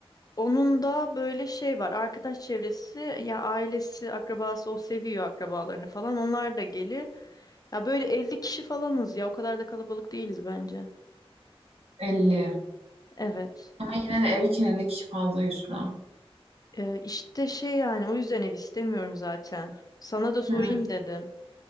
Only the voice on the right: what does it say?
Elli.
Yine de ev için 50 kişi fazla Yusra.
Hı.